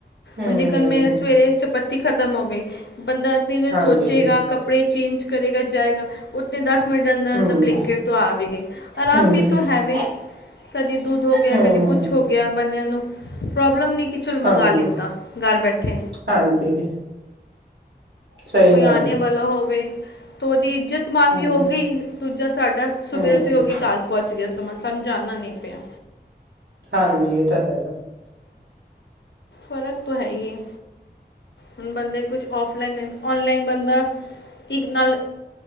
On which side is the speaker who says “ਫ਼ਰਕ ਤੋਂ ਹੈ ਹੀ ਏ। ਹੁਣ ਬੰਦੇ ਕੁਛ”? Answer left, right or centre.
Left